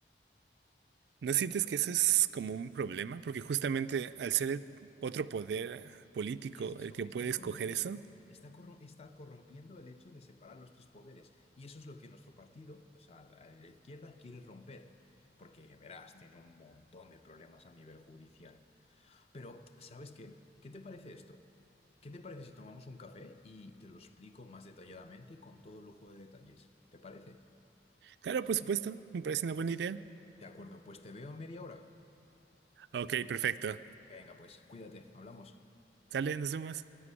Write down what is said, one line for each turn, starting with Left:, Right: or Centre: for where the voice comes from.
Right: ¿No
Left: ¿Me explico?
Right: sientes que eso es como un problema? Porque justamente al ser el otro poder político
Left: ¿Qué es eso?
Right: el que
Left: Está
Right: puede
Left: corrompiendo,
Right: escoger eso,
Left: está corro- está corrompiendo el hecho de separar los tres poderes. Y eso es lo que nuestro partido, o sea, la, la izquierda quiere romper. Porque, verás, tiene un montón de problemas a nivel judicial. Pero, ¿sabes qué? ¿Qué te parece esto? ¿Qué te parece si tomamos un café y te lo explico más detalladamente con todo lujo de detalles? ¿Te parece?
Right: Claro, por supuesto, me parece una buena idea.
Left: De acuerdo, pues te veo en media hora.
Right: Ok, perfecto.
Left: Venga, pues, cuídate, hablamos.
Right: Sale, nos vemos.